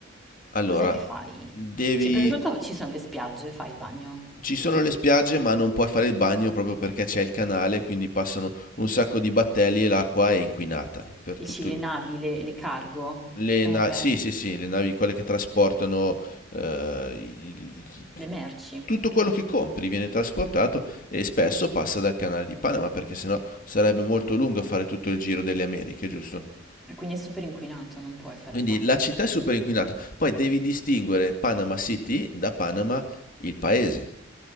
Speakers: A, on the left; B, in the centre.
A: Allora,
B: Cos'è che fai?
A: devi...
B: Ci- prima di tutto ci sono le spiagge, fai il bagno.
A: Ci sono le spiagge, ma non puoi fare il bagno proprio perché c'è il canale, quindi passano un sacco di battelli e l'acqua è inquinata per
B: Dici
A: tutto
B: le
A: il...
B: navi, le, le cargo?
A: Le
B: Eh
A: na-
B: beh,
A: sì, sì, sì, le navi, quelle che trasportano eh, i- i- i-
B: le merci.
A: tutto quello che compri viene trasportato e spesso passa dal canale di Panama perché sennò sarebbe molto lungo fare tutto il giro delle Americhe, giusto?
B: E quindi è super inquinato, non puoi fare
A: Quindi
B: il bagno.
A: la città è super inquinata. Poi devi distinguere Panama City da Panama il paese.